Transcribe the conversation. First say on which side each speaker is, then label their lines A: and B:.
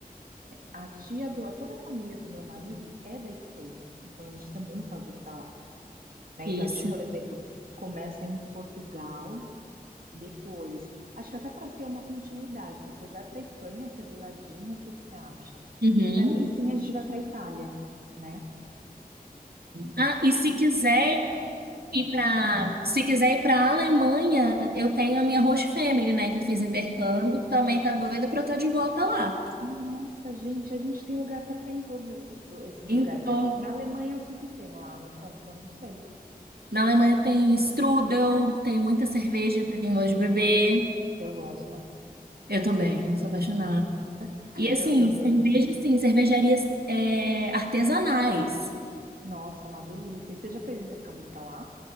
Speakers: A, on the right (about 65°); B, on the right (about 80°).
A: a tia do, toda a família do meu marido é da Espanha, então a gente também pode ir para lá, né?
B: Esse.
A: Então a gente, por exemplo, começa em Portugal. Depois, acho que até para ter uma continuidade, depois vai para Espanha, que é do ladinho, o que que você acha?
B: Uhum.
A: E aí sim a gente vai para Itália, né?
B: Ah, e se quiser ir para, se quiser ir para Alemanha, eu tenho a minha host family, né, que eu fiz intercâmbio, que também tá doida para eu estar de volta lá.
A: Nossa, gente, a gente tem lugar para ficar em todos esses, esses
B: Então,
A: lugares. Na Alemanha, o que que tem lá? Me conta, eu não sei.
B: na Alemanha tem strudel, tem muita cerveja para quem gosta de beber.
A: Eu gosto.
B: Eu também, sou apaixonada.
A: <laughs>
B: E assim,
A: Eu também.
B: cerveja, sim, cervejarias é, artesanais.
A: Nossa, uma delícia. E você já fez intercâmbio para lá?